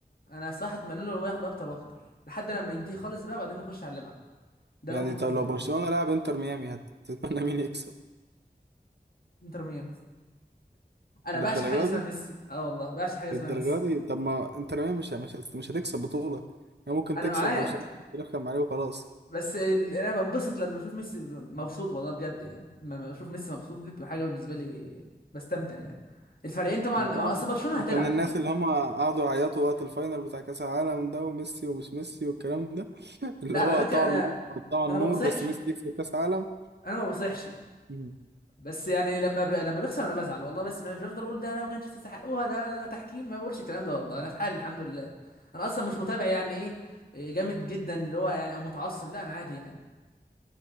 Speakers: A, on the left (about 60°); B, on the right (about 75°).
A: أنا صراحة أتمنى له هو ياخد أكتر وأكتر لحد لما ينتهي خالص بقى وبعدين نخش على اللي بعده ده
B: يعني
A: وجهة
B: طب
A: نظري
B: لو برشلونة
A: يعني
B: لعب انتر ميامي هتتمنى مين يكسب؟
A: انتر ميامي انا
B: للدرجة
A: بعشق حاجه اسمها
B: دي؟
A: ميسي اه والله بعشق حاجه اسمها
B: للدرجة
A: ميسي
B: دي؟ طب ما انتر ميامي مش مش هت- مش هتكسب بطولة يعني ممكن
A: انا
B: تكسب
A: معاك
B: برشلونة وترخم عليه وخلاص
A: بس ال... انا بنبسط لما اشوف ميسي ب- مبسوط والله بجد يعني لما اشوف ميسي مبسوط دي بتبقى حاجه بالنسبه لي بستمتع يعني الفريقين طبعا
B: ده
A: ما
B: آه.
A: اصل برشلونه
B: انت
A: هتلعب
B: من الناس
A: كتير
B: اللي هم قعدوا يعيطوا وقت الفاينل بتاع كأس العالم ده وميسي ومش ميسي والكلام ده <laughs> اللي
A: لا على
B: هو
A: فكره
B: قطعوا
A: انا
B: الماتش وقطعوا
A: انا
B: النور
A: ما بصيحش
B: بس ميسي يكسب كأس عالم
A: انا ما بصيحش
B: مم.
A: بس يعني لما ب... لما بيخسر انا بزعل والله بس مش بفضل اقول ده انا ما كانش تستحقوها ده ده تحكيم ما بقولش الكلام ده والله انا في حالي الحمد لله انا اصلا مش متابع يعني ايه إيه جامد جدا اللي هو يعني او متعصب لا انا عادي يعني